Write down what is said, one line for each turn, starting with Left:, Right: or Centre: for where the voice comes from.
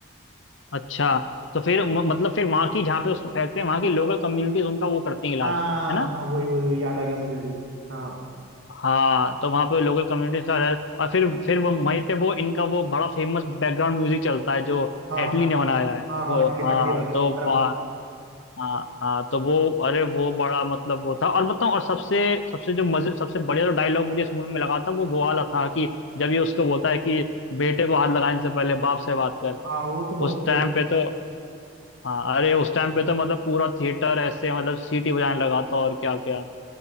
Left: अच्छा तो फिर म- मतलब फिर वहां की जहाँ पे उसको फेंकते हैं वहां की लोकल कम्युनिटीज उनका वो करती हैं इलाज
Right: हाँ
Left: है ना
Right: हाँ वही वही वही याद आ गया मुझे भी हाँ
Left: हाँ तो वहां पे लोकल कम्युनिटीज का इलाज और फिर फिर वो वहीं पे वो इनका वो बड़ा फेमस बैकग्राउंड म्यूजिक चलता है जो
Right: हाँ
Left: एटली
Right: हाँ
Left: ने बनाया है
Right: हाँ हाँ
Left: वो
Right: अटली
Left: हाँ
Right: अटली वाला
Left: तो
Right: बराबर
Left: वहाँ हाँ हाँ तो वो अरे वो बड़ा मतलब वो था और बताऊं और सबसे सबसे जो मजे सबसे बढ़िया जो डायलॉग मुझे इस मूवी में लगा था वो वो वाला था कि जब ये उसको बोलता है कि बेटे को हाथ लगाने से पहले बाप से बात कर
Right: हाँ वो तो बहुत
Left: उस
Right: क्रेज
Left: टाइम पे
Right: था
Left: तो हाँ अरे उस टाइम पे तो मतलब पूरा थिएटर ऐसे मतलब सीटी बजाने लगा था और क्या क्या